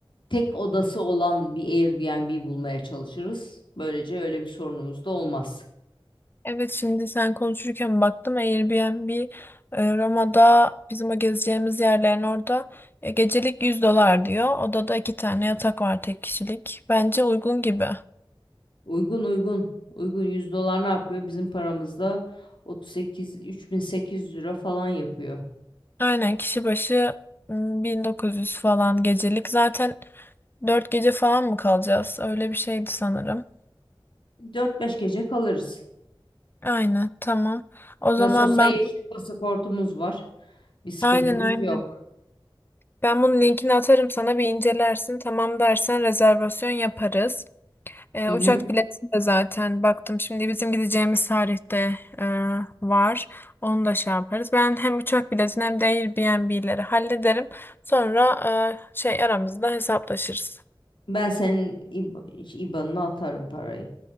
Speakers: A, on the left; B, on the left.
A: tek odası olan bir Airbnb bulmaya çalışırız. Böylece öyle bir sorunumuz da olmaz.
B: Evet şimdi sen konuşurken baktım Airbnb e, Roma'da bizim o gezeceğimiz yerlerin orada e, gecelik 100 dolar diyor. Odada iki tane yatak var tek kişilik. Bence uygun gibi.
A: Uygun uygun. Uygun 100 dolar ne yapıyor? Bizim paramızda 38 3800 lira falan yapıyor.
B: Aynen kişi başı m, 1900 falan gecelik. Zaten 4 gece falan mı kalacağız? Öyle bir şeydi sanırım.
A: 4-5 gece kalırız.
B: Aynen tamam. O
A: Nasıl
B: zaman
A: olsa
B: ben
A: yeşil pasaportumuz var. Bir sıkıntımız
B: aynen aynen.
A: yok.
B: Ben bunun linkini atarım sana bir incelersin. Tamam dersen rezervasyon yaparız. E,
A: Hı
B: uçak
A: hı.
B: bileti de zaten baktım şimdi bizim gideceğimiz tarihte e, var. Onu da şey yaparız. Ben hem uçak biletini hem de Airbnb'leri hallederim. Sonra e, şey aramızda hesaplaşırız.
A: Ben senin İB- IBAN'ına atarım parayı.